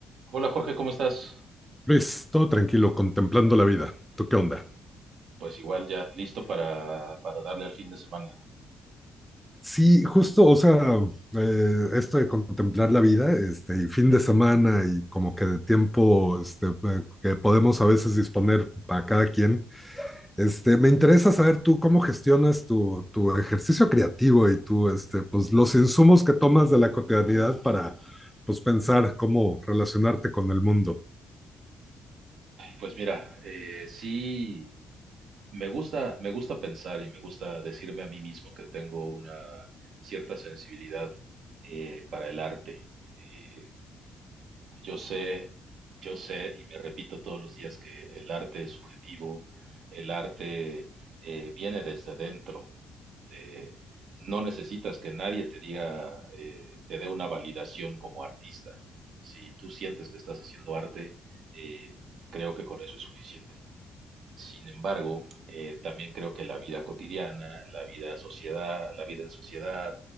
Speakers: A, on the right (about 70°); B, in the centre.
A: Hola Jorge, ¿cómo estás?
B: Luis, todo tranquilo, contemplando la vida. ¿Tú qué onda?
A: Pues igual ya listo para, para darle al fin de semana.
B: Sí, justo, o sea, eh, esto de contemplar la vida, este, y fin de semana y como que de tiempo este, eh, que podemos a veces disponer para cada quien, este, me interesa saber tú cómo gestionas tu, tu ejercicio creativo y tú, este, pues, los insumos que tomas de la cotidianidad para, pues, pensar cómo relacionarte con el mundo.
A: Pues mira, eh, sí, me gusta, me gusta pensar y me gusta decirme a mí mismo que tengo una cierta sensibilidad eh, para el arte. Eh, yo sé, yo sé y me repito todos los días que el arte es subjetivo, el arte eh, viene desde dentro, eh, no necesitas que nadie te diga, eh, te dé una validación como artista. Si tú sientes que estás haciendo arte, eh, creo que con eso es suficiente. Sin embargo, eh, también creo que la vida cotidiana, la vida sociedad, la vida en sociedad,